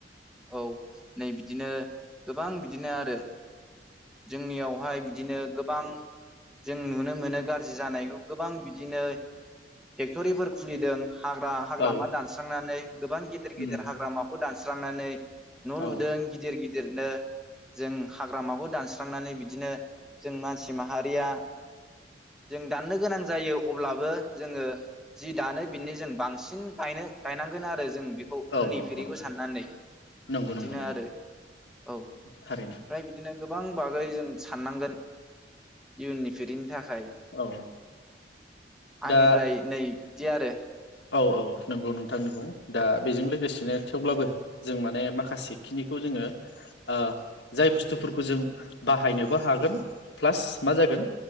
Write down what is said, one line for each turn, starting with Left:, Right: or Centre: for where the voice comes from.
Centre: औ नै बिदिनो। गोबां बिदिनो। रो <inaudible> जोंनियावहाय बिदिनो गोबां। जों नुनो मोनो गाज्रि जानायखौ गोबां बिदिनो फेक्टरिफोर खुलिदों। हाग्रा हाग्रामा
Left: औ
Centre: दानस्रांनानै गोबां गेदेर गेदेर
Left: उम
Centre: हाग्रामाखौ दानस स्रांनानै न'
Left: औ
Centre: लुदों गिदिर गिदि रनो जों हाग्रामाखौ दानस्रांनानै बिदिनो जों मानसि माहारिया जों दाननो गोनां जायो अब्लाबो जोङो जि दानो बिनो जों बांसिन गायनो गायनांगोन आरो जों बेखौ
Left: औ
Centre: उननि फिरिखौ
Left: औ
Centre: साननानै
Left: नंगौ
Centre: बिदिनो
Left: नंगौ नंगौ
Centre: आरो औ ओमफ्राय
Left: थारैनो
Centre: बिदिनो गोबां बागै जों साननांगोन। इयुननि फिरिनि थाखाय
Left: औ
Centre: आंनिफ्राय
Left: दा
Centre: नै इदि आरो
Left: औ औ नंगौ नोंथां नंगौ दा बेजों लोगोसेनो थेवब्लाबो जों माने माखासे खिनिखौ जोङो ओ जाय बुस्थुफोरखौ जों बाहायनोबो हागोन प्लास मा जागोन